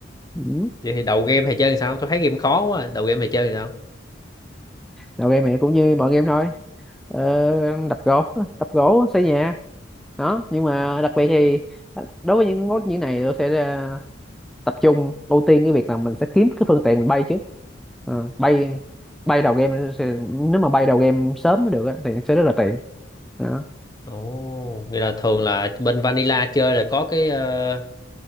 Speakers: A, in the centre; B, on the left.
A: ừ.
B: Vậy thì đầu game thầy chơi làm sao? Tôi thấy game khó quá. Đầu game thầy chơi làm sao?
A: đầu game này cũng như mọi game thôi ờ, đập gỗ <laughs> đập gỗ xây nhà đó nhưng mà đặc biệt thì ờ, đối với những mốt như này tôi sẽ ờ, tập trung ưu tiên cái việc là mình sẽ kiếm cái phương tiện mình bay trước Ờ, bay bay đầu game thì- nếu mà bay đầu game sớm mới được á, thì sẽ rất là tiện đó.
B: Ồ, nghĩa là thường là bên Vanilla chơi là có cái ờ,